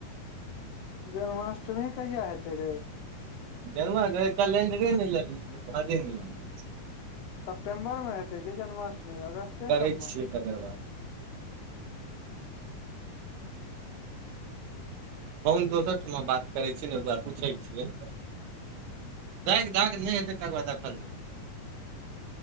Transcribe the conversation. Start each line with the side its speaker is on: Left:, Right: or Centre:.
Left: जन्माष्टमी कहिया हेतै रे
Right: जँ रहै कलेंडरे नहि लेलियै भजे नहि लेलियै <unintelligible>
Left: सेप्टेम्बरमे हेतै की जन्माष्टमी अगस्ते
Right: करै
Left: सभमे
Right: छियै
Left: <inaudible>
Right: तकर बाद कहु दोसर ठमा बात करैत छियै ने ओहि दुआरे पूछैत छियै द दाग नहि हतै तकर बाद देखल